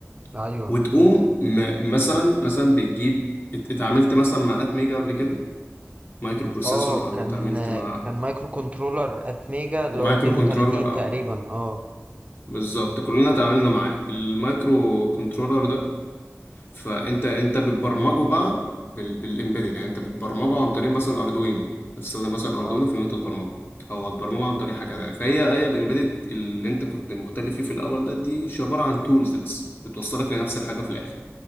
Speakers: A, on the right; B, on the left.
A: ايوه
B: <laughs> وتقوم م- مثلا مثلا بتجيب ات- اتعاملت مثلا مع ات ميجا قبل كده مايكرو بروسيسور
A: اه
B: او
A: كان
B: اتعاملت مع
A: كان مايكرو كنترولر اتميجا اللي
B: مايكرو
A: هو 32
B: كنترولر
A: تقريبا
B: او
A: اه
B: بالظبط كلنا اتعاملنا معاه المايكرو كنترولر ده فانت انت بتبرمجه بقى بال... بالامبيدد يعني انت بتبرمجه عن طريق مثلا اردوينو هتستخدم مثلا
A: اه
B: اردوينو في ان انت تبرمجه او هتبرمجه عن طريق حاجه تانية فهي هي الامبيدد اللي انت كنت مختلف فيه في الاول ده دي عباره عن تولز بس بتوصلك لنفس الحاجه في الاخر